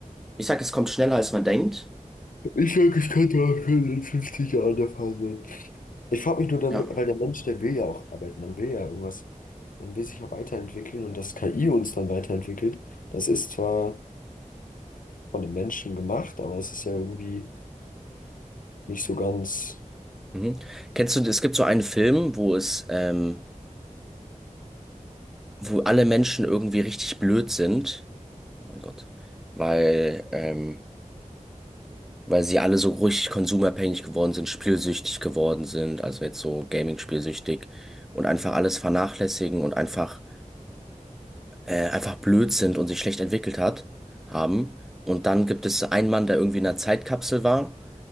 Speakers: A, in the centre; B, on the left.
A: Ich sag, es kommt schneller, als man denkt.
B: Ich sag, es könnte auch schon in 50 Jahren der Fall sein. Ich frage mich nur dann,
A: Ja.
B: weil der Mensch, der will ja auch arbeiten, man will ja irgendwas, man will sich ja weiterentwickeln und dass KI uns dann weiterentwickelt, das ist zwar von den Menschen gemacht, aber es ist ja irgendwie nicht so ganz.
A: Mhm. Kennst du, es gibt so einen Film, wo es, ähm, wo alle Menschen irgendwie richtig blöd sind. Oh mein Gott. Weil, ähm, weil sie alle so richtig konsumabhängig geworden sind, spielsüchtig geworden sind, also jetzt so Gaming-spielsüchtig und einfach alles vernachlässigen und einfach, äh, einfach blöd sind und sich schlecht entwickelt hat, haben. Und dann gibt es einen Mann, der irgendwie in einer Zeitkapsel war